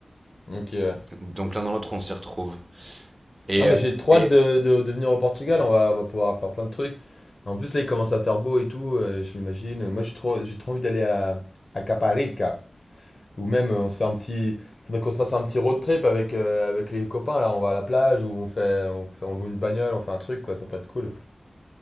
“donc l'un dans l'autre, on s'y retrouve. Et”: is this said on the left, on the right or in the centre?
Right